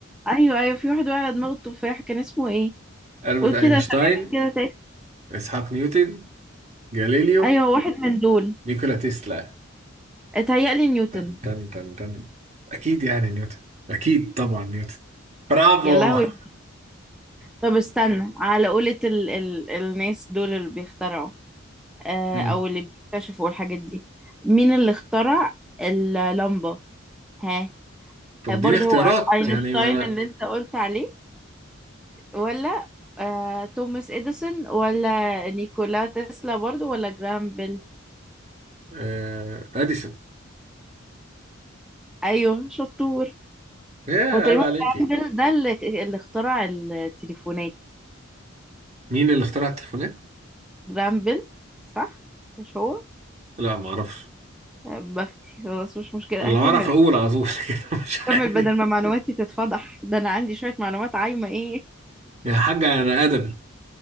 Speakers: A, in the centre; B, on the right (about 35°).
A: ايوه ايوه في واحد وقع على دماغه التفاحه كان اسمه ايه
B: ألبرت
A: قول
B: أينشتاين
A: كده اسامي كده
B: إسحاق نيوتن جاليليو
A: ايوه واحد من دول
B: نيكولا تسلا
A: اتهيألي نيوتن
B: تن تن تن تن أكيد يعني نيوتن أكيد طبعا نيوتن برافو
A: يا لهوي
B: <laughs>
A: طب استنى على قولة ال ال الناس دول اللي بيخترعوا آه
B: مم.
A: او اللي بيكتشفوا الحاجات دي مين اللي اخترع اللمبة ها
B: طب
A: آه،
B: اديني
A: برضه
B: اختيارات
A: هو اينشتاين
B: يعني ما انا
A: اللي انت قلت عليه ولا آه توماس اديسون ولا نيكولا تسلا برضه ولا جرام بيل
B: آه، اديسون
A: ايوه شطور
B: ايه
A: هو تقريبا
B: عيب عليك ايه
A: جرام بيل ده اللي, اللي اخترع التليفونات
B: مين اللي اخترع التليفونات
A: جرام بيل صح مش هو
B: لا ما اعرفش
A: بفتي خلاص مش مشكلة
B: اللي
A: هكمل
B: اعرف اقول على طول <laughs> كده مش
A: هكمل
B: عارف
A: بدل ما معلوماتي تتفضح ده أنا عندي شوية معلومات عايمة إيه
B: يا حاجة انا ادبي